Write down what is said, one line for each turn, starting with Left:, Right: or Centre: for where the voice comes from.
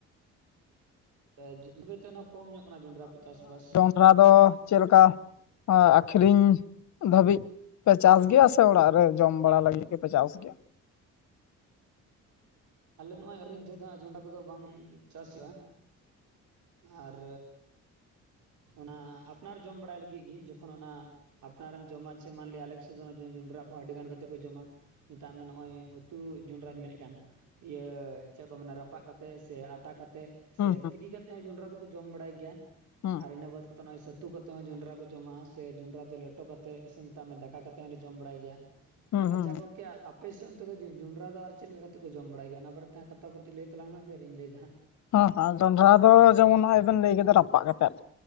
Right: <unintelligible> ᱦᱚᱸ ᱠᱚᱢ ᱧᱚᱜ ᱠᱟᱱᱟ ᱡᱚᱱᱰᱽᱨᱟ ᱠᱚ ᱪᱟᱥᱼᱵᱟᱥ
Left: ᱚᱱᱟ ᱫᱚ ᱪᱮᱞᱠᱟ ᱟᱸᱠᱷᱨᱤᱧ ᱫᱷᱟᱹᱵᱤᱡᱽ ᱯᱮ ᱪᱟᱥ ᱜᱮᱭᱟ ᱥᱮ ᱚᱲᱟᱜ ᱨᱮ ᱡᱚᱢ ᱵᱟᱲᱟ ᱞᱟᱹᱜᱤᱫ ᱜᱮᱯᱮ ᱪᱟᱥ ᱜᱮᱭᱟ?
Right: ᱟᱞᱮ ᱫᱚ ᱱᱚᱸᱜ-ᱚᱭ ᱟᱹᱠᱷᱨᱤᱧ ᱫᱟᱹᱨ ᱫᱚ ᱡᱚᱱᱰᱨᱟ ᱠᱚᱫᱚ ᱵᱟᱝ ᱪᱟᱥ ᱦᱩᱭᱩᱜᱼᱟ᱾ ᱟᱨ ᱚᱱᱟ ᱟᱯᱱᱟᱨ ᱡᱚᱢ ᱵᱟᱲᱟᱭ ᱞᱟᱹᱜᱤᱫ ᱜᱤ ᱡᱚᱠᱷᱚᱱ ᱚᱱᱟ ᱟᱯᱱᱟᱨᱮᱢ ᱡᱚᱢᱟ ᱥᱮ ᱢᱟᱱᱞᱤᱭᱟ ᱟᱞᱮ ᱠᱚᱥᱮᱫ ᱫᱚ ᱡᱚ-ᱡᱚᱱᱰᱨᱟ ᱠᱚᱦᱚᱸ ᱟᱹᱰᱤ ᱜᱟᱱ ᱠᱟᱛᱮᱫ ᱠᱚ ᱡᱚᱢᱟ᱾ ᱢᱮᱛᱟᱜ ᱢᱮ ᱱᱚᱜᱼᱚᱭ ᱩᱛᱩ ᱡᱚᱸᱰᱨᱟᱧ ᱢᱮᱱᱮᱫ ᱠᱟᱱ᱾ ᱤᱭᱟᱹ ᱪᱮᱫ ᱠᱚ ᱢᱮᱱᱟ ᱨᱟᱯᱟᱜ ᱠᱟᱛᱮ ᱥᱮ ᱟᱛᱟ ᱠᱟᱛ ᱛᱮᱫ ᱥᱮ
Left: ᱦᱩᱸ ᱦᱩᱸ
Right: ᱛᱤᱠᱤ ᱠᱟᱛᱮᱫ ᱦᱚᱸ ᱡᱚᱸᱰᱨᱟ ᱫᱚᱠᱚ ᱡᱚᱢ ᱵᱟᱲᱟᱭ ᱜᱮᱭᱟ᱾
Left: ᱦᱩᱸ
Right: ᱟᱨ ᱤᱱᱟᱹ ᱵᱟᱫᱽ ᱠᱟᱛᱮᱫ ᱱᱚᱜᱼᱚᱭ ᱥᱟᱹᱛᱩ ᱠᱟᱛᱮ ᱦᱚᱸ ᱡᱚᱸᱰᱨᱟ ᱠᱚ ᱡᱚᱢᱟ ᱥᱮ ᱡᱚᱸᱰᱨᱟ ᱫᱚ ᱞᱮᱴᱚ ᱠᱟᱛᱮᱫ ᱥᱮ ᱢᱮᱛᱟᱜ ᱢᱮ ᱫᱟᱠᱟ ᱠᱟᱛᱮᱫ ᱦᱚᱸᱞᱮ ᱡᱚᱢ ᱵᱟᱲᱟᱭ ᱜᱮᱭᱟ᱾
Left: ᱦᱩᱸ
Right: ᱟᱪᱪᱷᱟ
Left: ᱦᱩᱸ
Right: ᱜᱚᱝᱠᱮ ᱟᱯ ᱯᱮᱥᱫ ᱚᱱᱛᱮ ᱫᱚ ᱡᱚ-ᱡᱚᱸᱰᱨᱟ ᱫᱚ ᱟᱨ ᱪᱮᱫ ᱞᱮᱠᱟ ᱠᱟᱛᱮ ᱠᱚ ᱡᱚᱢ ᱵᱟᱲᱟᱭ ᱜᱮᱭᱟ? ᱚᱱᱟ ᱵᱟᱨᱮ ᱛᱮ ᱦᱟᱸᱜ ᱠᱟᱛᱟ ᱠᱟᱹᱴᱤᱡᱽ ᱞᱟᱹᱭ ᱛᱟᱞᱟᱝ ᱢᱮ ᱯᱷᱮᱨ ᱤᱧ ᱞᱟᱹᱭ ᱫᱟ ᱦᱟᱸᱜ᱾
Left: ᱦᱮᱸ ᱦᱮᱸ ᱡᱚᱱᱰᱨᱟ ᱫᱚ ᱡᱮᱢᱚᱱ ᱱᱚᱜ-ᱚᱭ ᱵᱮᱱ ᱞᱟᱹᱭ ᱠᱮᱫᱟ ᱨᱟᱯᱟᱜ ᱠᱟᱛᱮᱫ᱾